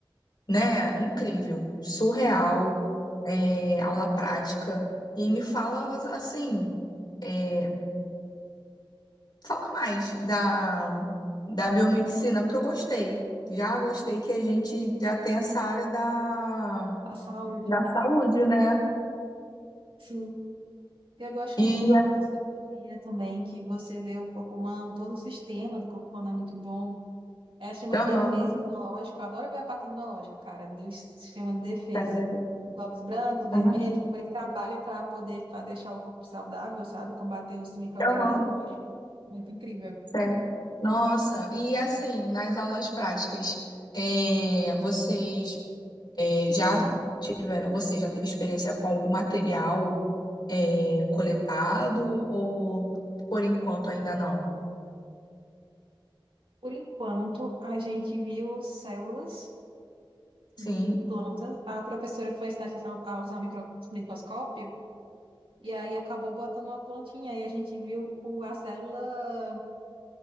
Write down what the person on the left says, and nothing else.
né, incrível, surreal, é, aula prática. E me fala assim, é, fala mais da, da biomedicina, porque eu gostei. Já gostei que a gente já tem essa área da,
da saúde, né?
E,
aham,
sério.
Aham.
aham.
Sério? Nossa, e assim, nas aulas práticas, é, vocês é, já tiveram, você já teve experiência com algum material é, coletado ou por enquanto ainda não?
Sim.